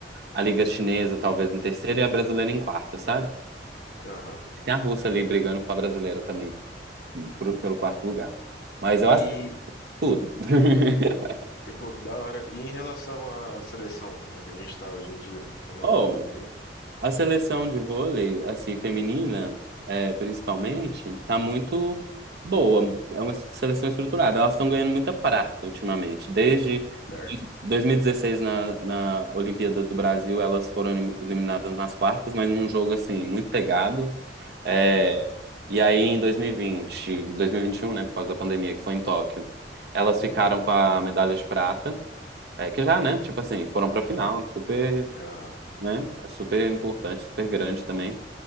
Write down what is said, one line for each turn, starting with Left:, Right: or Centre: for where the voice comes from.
Right: a Liga Chinesa talvez em terceiro e a brasileira em quarta, sabe?
Left: aham.
Right: E tem a russa ali brigando com a brasileira também, pro- pelo quarto lugar. Mas
Left: E,
Right: eu aceito tudo. <laughs>
Left: e, pô, que da hora. E em relação à seleção, como é que a gente tá hoje em dia? Que eu não
Right: Oh,
Left: acompanho muito.
Right: a seleção de vôlei, assim, feminina, é, principalmente, tá muito boa. É uma seleção estruturada. Elas estão ganhando muita prata ultimamente. Desde
Left: Certo.
Right: 2016, na, na Olimpíada do Brasil, elas foram elim- eliminadas nas quartas, mas num jogo, assim, muito pegado. É,
Left: Aham,
Right: E aí, em 2020, 2021, né, por causa da pandemia, que foi em Tóquio, elas ficaram com a medalha de prata, é, que já, né, tipo assim, foram pra final, super,
Left: aham,
Right: né, é super importante, super grande também.